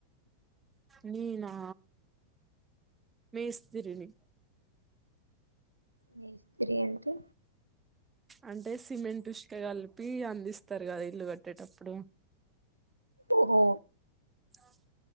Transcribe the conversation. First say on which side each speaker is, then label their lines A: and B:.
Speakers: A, on the right; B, on the right.
A: నేనా మేస్తిరిని
B: మేస్త్రి అంటే
A: అంటే సిమెంట్ ఇష్క కలిపి అందిస్తారు కదా ఇల్లు కట్టేటప్పుడు
B: ఓహో
A: ఆ